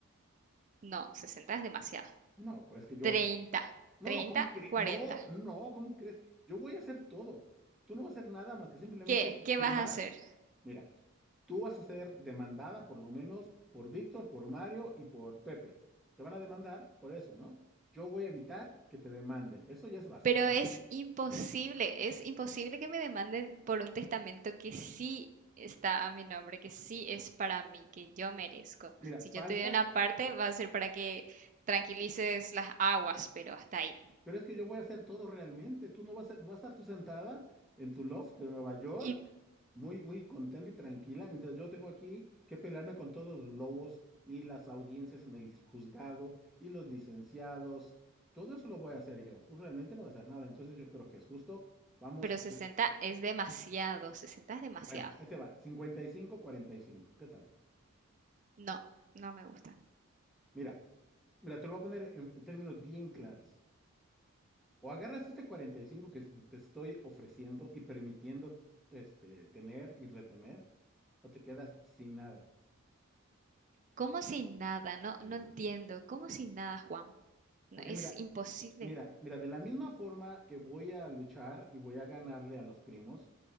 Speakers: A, on the right; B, in the centre.
A: No, 60 es demasiado.
B: No, pero es que yo
A: 30,
B: voy a hacer. No,
A: 30,
B: ¿cómo crees?
A: 40.
B: No, no, ¿cómo crees? Yo voy a hacer todo. Tú no vas a hacer nada más que simplemente
A: ¿Qué?
B: fi-
A: ¿Qué
B: firmar.
A: vas a hacer?
B: Mira, tú vas a ser demandada por lo menos por Víctor, por Mario y por Pepe. Te van a demandar por eso, ¿no? Yo voy a evitar que te demanden. Eso ya es bastante.
A: Pero es imposible, es imposible que me demanden por un testamento que sí está a mi nombre, que sí es para mí, que yo merezco.
B: Mira,
A: Si
B: falta
A: yo te doy una parte, va a ser para que tranquilices las aguas, pero hasta ahí.
B: Pero es que yo voy a hacer todo realmente. Tú no vas a, vas a estar tú sentada en tu loft de Nueva York,
A: Y,
B: muy, muy contenta y tranquila, mientras yo tengo aquí que pelearme con todos los lobos y las audiencias en el juzgado y los licenciados. Todo eso lo voy a hacer yo. Tú realmente no vas a hacer nada. Entonces yo creo que es justo. Vamos,
A: pero 60
B: ses- se-
A: es demasiado, 60 es demasiado.
B: bueno, ahí te va. Cincuenta y cinco, cuarenta y cinco. ¿Qué tal?
A: No, no me gusta.
B: Mira, mira, te lo voy a poner en en términos bien claros. O agarras este 45 que se- te estoy ofreciendo y permitiendo este, tener y retener, o te quedas sin nada.
A: Como si nada, no,
B: Sí.
A: no entiendo. Como si nada, Juan. No,
B: Porque
A: es
B: mira,
A: imposible.
B: mira, mira, de la misma forma que voy a luchar y voy a ganarle a los primos,